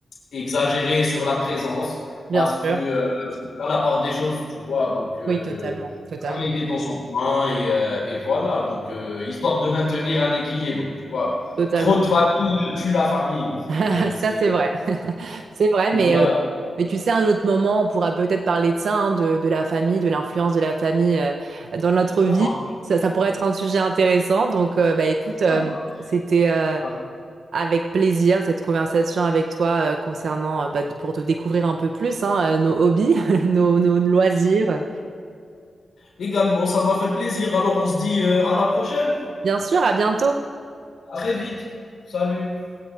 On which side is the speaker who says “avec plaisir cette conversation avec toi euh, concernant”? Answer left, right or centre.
Right